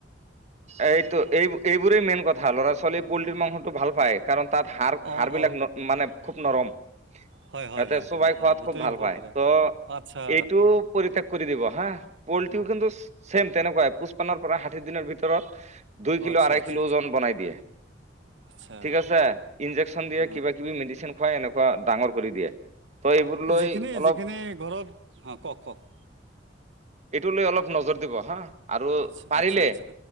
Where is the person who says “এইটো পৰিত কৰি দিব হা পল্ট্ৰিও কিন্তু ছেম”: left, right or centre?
Right